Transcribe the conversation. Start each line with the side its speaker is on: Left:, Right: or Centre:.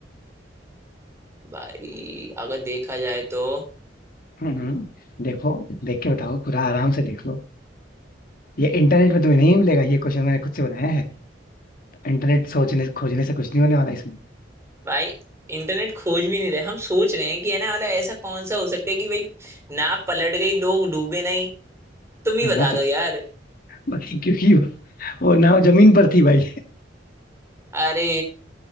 Right: भाई अगर देखा जाए तो
Left: हम्म हम्म, देखो देख के बताओ पूरा आराम से देख लो ये इंटरनेट पे तुम्हें नहीं मिलेगा ये क्वेश्चन मैंने खुद से बनाया है इंटरनेट सोचने खोजने से कुछ नहीं होने वाला इसमें
Right: भाई इंटरनेट खोज भी नहीं रहे हम सोच रहे हैं कि है ना वाला ऐसा कौन सा हो सकता है कि भाई नाव पलट गई लोग डूबे नहीं तुम ही
Left: है ना
Right: बता
Left: तो
Right: दो यार
Left: बाकी क्योंकि वो नाव जमीन पर थी भाई
Right: अरे